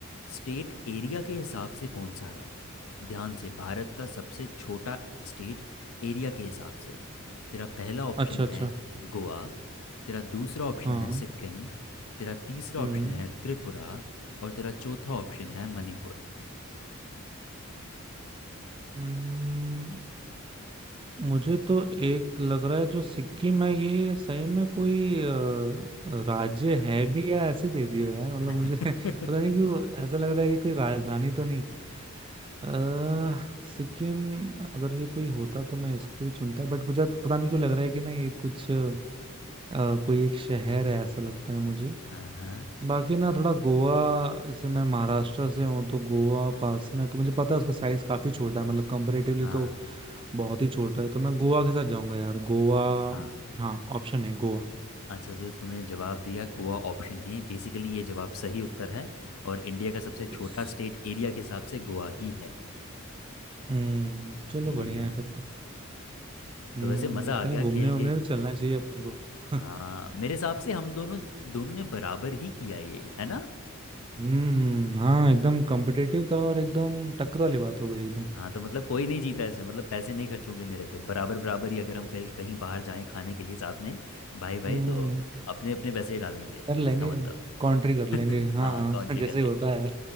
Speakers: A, on the left; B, on the right.
A: स्टेट एरिया के हिसाब से कौन सा है ध्यान से भारत का सबसे छोटा स्टेट एरिया के हिसाब से तेरा पहला ऑप्शन
B: अच्छा अच्छा
A: है गोवा तेरा दूसरा ऑप्शन
B: हाँ
A: है सिक्किम तेरा तीसरा
B: हम्म
A: ऑप्शन है त्रिपुरा और तेरा चौथा ऑप्शन है मणिपुर
B: हम्म, मुझे तो एक लग रहा है जो सिक्किम है ये सही में कोई अ, राज्य है भी या ऐसे दे दियो यार मतलब
A: <laughs>
B: मुझे <laughs> पता नहीं क्यों ऐसा लग रहा है कि कोई राजधानी तो नहीं अ, सिक्किम अगर ये कोई होता तो मैं इसको ही चुनता बट मुझे तो पता नहीं क्यों लग रहा है कि ना ये कुछ अ, कोई एक शहर है ऐसा लगता है मुझे
A: हाँ
B: बाकी ना थोड़ा गोवा जैसे मैं महाराष्ट्र से हूँ तो गोवा पास में तो मुझे पता है उसका साइज काफी छोटा है मतलब कंपेरेटिवली
A: हाँ
B: तो बहुत ही छोटा है तो मैं गोवा के साथ जाऊंगा यार गोवा
A: हाँ
B: हाँ ऑप्शन है गोवा
A: अच्छा तो तूने जवाब दिया गोवा ऑप्शन है बेसिकली ये जवाब सही उत्तर है और इंडिया का सबसे छोटा
B: यस
A: स्टेट एरिया के हिसाब से गोवा ही है
B: हम्म चलो
A: हम्म
B: बढ़िया है फिर तो हम्म
A: तो वैसे मज़ा आ
B: कहीं
A: गया
B: घूमने
A: खेल
B: वूमने
A: के
B: भी चलना चाहिए अपने को <laughs>
A: हाँ मेरे हिसाब से हम दोनों दोनों ने बराबर ही किया ये है ना
B: हम्म हाँ एकदम कॉम्पिटिटिव था और एकदम टक्कर वाली बात हो गई एकदम
A: हाँ तो मतलब कोई नहीं जीता इसमें मतलब पैसे नहीं खर्च होंगे मेरे फिर बराबर बराबर ही अगर हम कहीं कहीं बाहर जाएं खाने के लिए साथ में भाई भाई
B: हम्म
A: तो अपने अपने पैसे ही डालेंगे
B: कर लेंगे
A: इसका मतलब
B: कॉन्ट्री कर लेंगे
A: <laughs>
B: हाँ
A: हाँ
B: हाँ,
A: काउंट्री
B: <laughs> जैसे
A: कर लेंगे
B: ही होता है